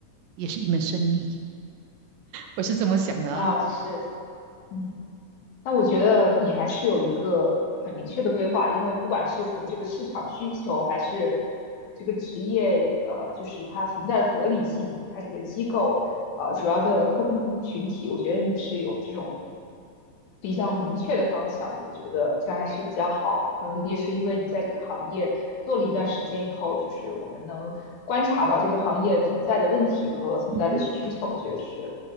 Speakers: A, on the right; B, on the left.
A: 也是一门生意。我是这么想的啊。
B: 啊，是，嗯那我觉得你还是有一个很明确的规划，因为不管是从这个市场需求，还是这个职业，呃，就是它存在的合理性，它这个机构，呃，主要的客户群体，我觉得你是有这种比较明确的方向的，我觉得这还是比较好。可能也是因为你在这个行业做了一段时间以后，就是我们能观察到这个行业存在的问题和存在的需求，
A: 嗯哼，
B: 我觉得是